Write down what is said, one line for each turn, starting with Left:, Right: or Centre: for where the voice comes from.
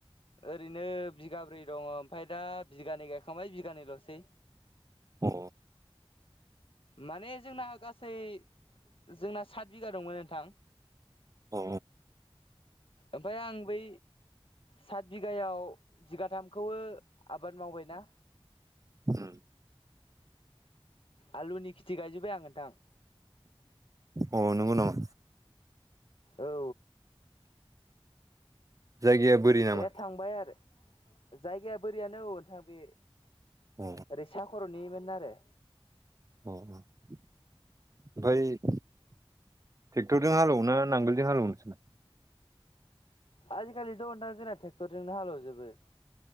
Left: ओरैनो बिगाब्रै दङ ओमफाय दा बिगानै गायखांबाय बिगानैलसै।
Right: अ
Left: माने जोंना गासै जोंना सात बिगा दंमोन नोंथां‌‌।
Right: अ
Left: ओमफाय आं बै सात बिगायाव बिगाथामखौबो आबाद मावबायना?
Right: अ
Left: आलुनि खेथि गायजोब्बाय आं नोंथां।
Right: अ नंगौ नामा?
Left: औ
Right: जायगाया बोरि नामा
Left: बे थांबाय आरो जायगाया बोरियानो उन नोंथां बे
Right: अ
Left: ओरै सा खर'निमोन आरो
Right: अ ओमफाय ट्रेक्टरजों हालेव ना नांगोलजों हालेवनो <inaudible>
Left: आजिखालिथ' नोंथां जोंना ट्रेक्टरजोंनो हालेवजोबो। <inaudible>